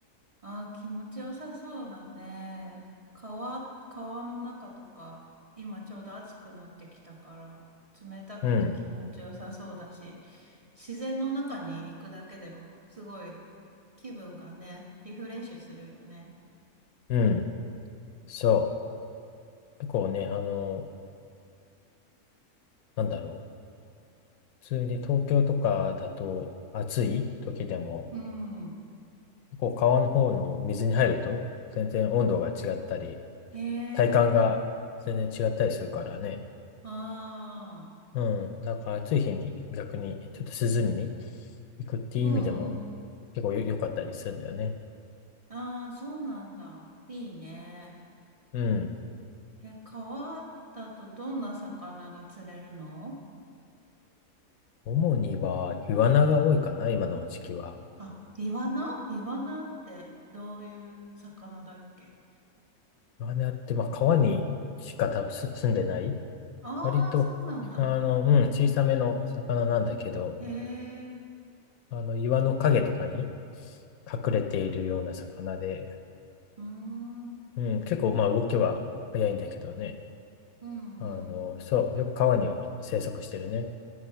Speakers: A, on the right (about 25°); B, on the left (about 75°).
A: あー、気持ちよさそうだね。川、川の中とか、今ちょうど暑くなってきたから、冷たくて気持ちよさそうだし、
B: うん、
A: 自然の中に行くだけでも、すごい気分がね、リフレッシュするよね。
B: うん、そう。結構ね、あの、なんだろう。普通に東京とかだと暑い時でも、
A: うん。
B: 結構川の方の水に入ると、全然温度が違ったり、
A: へえ、
B: 体感が全然違ったりするからね。
A: ああ、
B: うん、だから暑い日に逆にちょっと涼みに行くっていう意味でも
A: うんうん。
B: 結構よ良かったりするんだよね。
A: ああ、そうなんだ。いいね。
B: うん。
A: え、川だとどんな魚が釣れるの
B: 主にはイワナが多いかな、今の時期は。
A: あ、イワナイワナってどういう魚だっけ
B: マナって、まあ、川にしか多分す住んでない。
A: ああー、
B: 割と、
A: そうなんだ。
B: あの、うん、小さめの魚なんだけど、
A: へえ、う
B: あの、岩の影とかに隠れているような魚で、
A: ーん、う
B: うん、結構、まあ、動きは早いんだけどね。
A: んうん。
B: あの、そう、よく川には生息してるね。